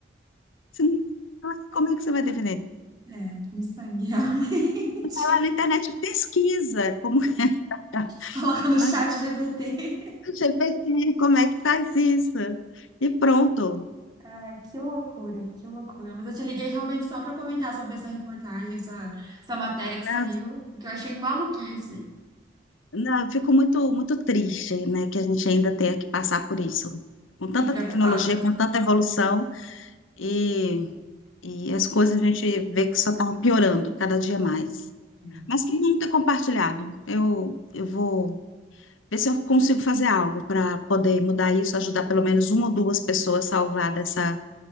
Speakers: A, on the left (about 85°); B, on the right (about 20°).
A: Você não- Ah, Como é que você vai defender?
B: É, com sangue, realmente.
A: Vai na internet
B: <laughs>
A: pesquisa, como <laughs>
B: Coloca no
A: né?
B: chat GPT.
A: GPT, como é que faz isso? E pronto.
B: Ai, que loucura, que loucura. Mas eu te liguei realmente só para comentar sobre essa reportagem, essa, essa matéria que
A: Né?
B: saiu, que eu achei maluquice
A: Não, eu fico muito, muito triste, né, que a gente ainda tenha que passar por isso. Com tanta
B: e preocupada.
A: tecnologia, com tanta evolução, e E as coisas a gente vê que só estavam piorando cada dia mais.
B: É.
A: Mas que bom ter compartilhado. Eu, eu vou ver se eu consigo fazer algo para poder mudar isso, ajudar pelo menos uma ou duas pessoas a salvar dessa,